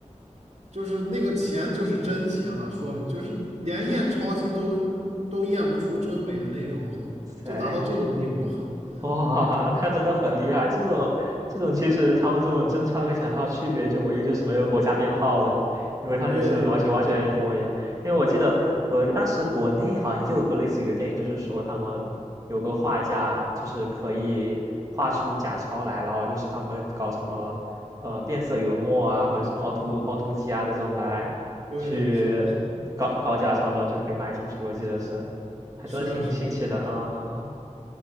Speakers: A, on the right; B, on the right.
A: 就是那个钱就是真钱了，说明就是你连验钞机都都验不出真伪的那种，
B: so
A: 就达到这种地步。<laughs>
B: <laughs> 哇，那真的很厉害！这种这种其实他们这种真钞和假钞区别就唯一就是没有国家编号了，因为它这是完全完全一模一样。
A: 对，
B: 因为我记得我当时国内好像也有个类似于的电影，就是说他们有个画家就是可以画出假钞来，然后就是他们搞什么呃变色油墨啊，或者什么凹凸凹凸机啊这种来去搞搞假钞，
A: 对，是的，是
B: 然后就可以卖出去。我记得是，还真的挺新奇的啊。
A: 的，是是是，